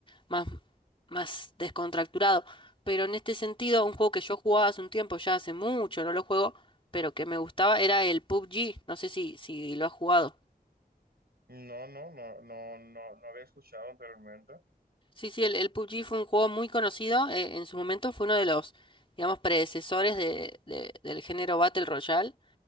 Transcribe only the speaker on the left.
más, más descontracturado. Pero en este sentido, un juego que yo jugaba hace un tiempo, ya hace mucho, no lo juego, pero que me gustaba, era el PUBG. No sé si, si lo has jugado.
Sí, sí, el, el PUBG fue un juego muy conocido. eh, en su momento fue uno de los, digamos, predecesores de, de- del género Battle Royale.